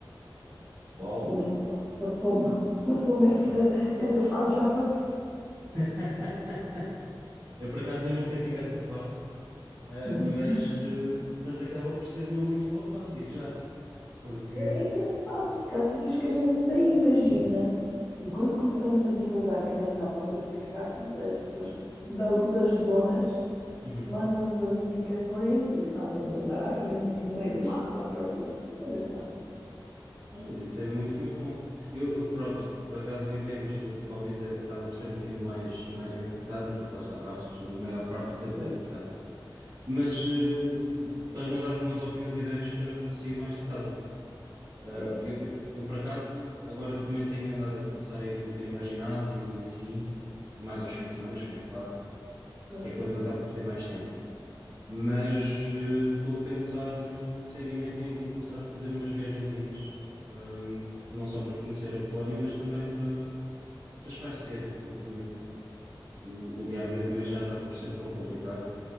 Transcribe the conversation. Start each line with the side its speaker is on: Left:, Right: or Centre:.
Right: Uau!
Left: Mas pronto, passou-me. Passou-me essa, essa fase, já passou.
Right: <laughs> Eu, por acaso, eu nunca tive essa fase, uh,
Left: <laughs>
Right: mas, uh, mas acaba por ser uma muito boa fase, digo já, porque...
Left: É, é engraçado, porque há sítios que a gente nem imagina. E quando começamos a divulgar que andamos à procura de cascatas, as pessoas da- das zonas
Right: Uhum.
Left: mandam-nos as indicações e fazem-nos andar, às vezes, assim no meio do mato à procura. Engraçado.
Right: Não, mas isso é muito, muito bom. Eu, eu, pronto, por acaso, em termos de, de hobbies, eh, acaba por ser um bocadinho mais, mais dentro de casa, porque lá está, passo a maior parte do tempo
Left: Pois,
Right: dentro de casa. mas eh, estás-me a dar umas ótimas ideias para, para sair mais de casa. Ah,
Left: é,
Right: eu, eu, eu, por acaso, agora também tenho andado a começar a ir um bocadinho ao ginásio e assim, mais aos fins de semana, como é claro,
Left: pois,
Right: que é quando eu acabo por ter mais tempo. Mas eh, estou a pensar eh, seriamente em, em começar a fazer umas viagenzinhas, ahm, não só para conhecer a Polónia, mas também para, para espairecer, porque o, o dia a dia também já acaba por ser tão complicado,